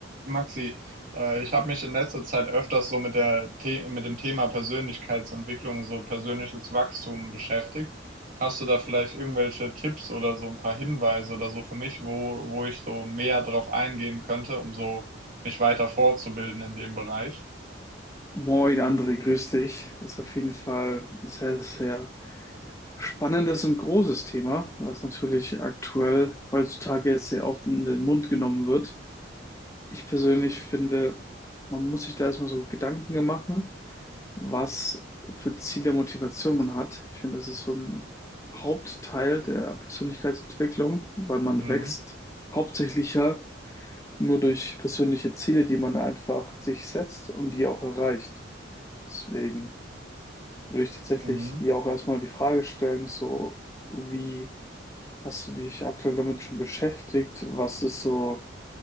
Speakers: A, on the right (about 45°); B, on the left (about 15°).
A: Maxi, äh, ich habe mich in letzter Zeit öfters so mit der The mit dem Thema Persönlichkeitsentwicklung, so persönliches Wachstum beschäftigt. Hast du da vielleicht irgendwelche Tipps oder so ein paar Hinweise oder so für mich, wo, wo ich so mehr drauf eingehen könnte, um so mich weiter fortzubilden in dem Bereich?
B: Moin André, grüß dich. Das ist auf jeden Fall ein sehr, sehr spannendes und großes Thema, was natürlich aktuell heutzutage jetzt sehr oft in den Mund genommen wird. Ich persönlich finde, man muss sich da erstmal so Gedanken machen, was für Ziele, Motivation man hat. Ich finde, das ist so ein Hauptteil der Persönlichkeitsentwicklung, weil man
A: Mhm.
B: wächst hauptsächlich ja nur durch persönliche Ziele, die man einfach sich setzt und die auch erreicht. Deswegen würde ich tatsächlich
A: Mhm.
B: dir auch erstmal die Frage stellen, so wie hast du dich aktuell damit schon beschäftigt? Was ist so